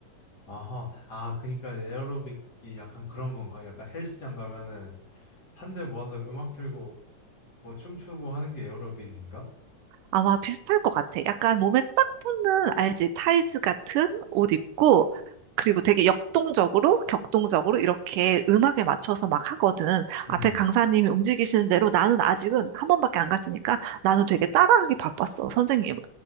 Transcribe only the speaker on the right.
아마 비슷할 것 같아. 약간 몸에 딱 붙는, 알지? 타이즈 같은 옷 입고, 그리고 되게 역동적으로, 격동적으로 이렇게 음악에 맞춰서 막 하거든.
앞에 강사님이 움직이시는 대로 나는 아직은 한 번밖에 안 갔으니까 나는 되게 따라하기 바빴어, 선생님은.